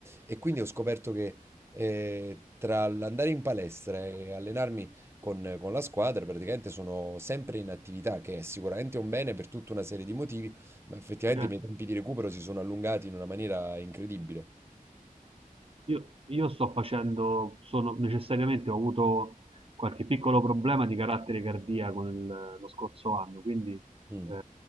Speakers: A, on the right; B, on the right.
A: e quindi ho scoperto che eh, tra l'andare in palestra e allenarmi con, con la squadra praticamente sono sempre in attività, che è sicuramente un bene per tutta una serie di motivi, ma effettivamente
B: certo.
A: i miei tempi di recupero si sono allungati in una maniera incredibile.
B: Io, io sto facendo, sono necessariamente ho avuto qualche piccolo problema di carattere cardiaco nel- lo scorso anno, quindi eh,
A: Mh,